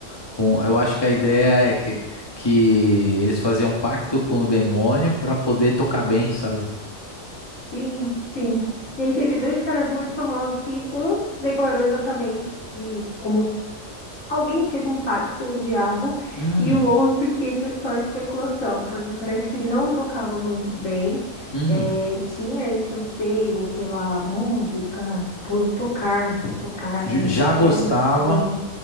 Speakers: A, on the left; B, on the left.
A: com. Eu acho que a ideia é que, que eles faziam um pacto com o demônio pra poder tocar bem, sabe?
B: sim, sim. E aí teve dois caras muito famosos que um se declarou exatamente e como Alguém que fez um pacto com o diabo
A: Hum,
B: e o outro que foi só especulação, porque parece que ele não tocava muito bem,
A: hum.
B: eh, tinha esse anseio pela música, por tocar, tocar,
A: j-
B: né,
A: Já
B: que
A: gostava,
B: era o sonho.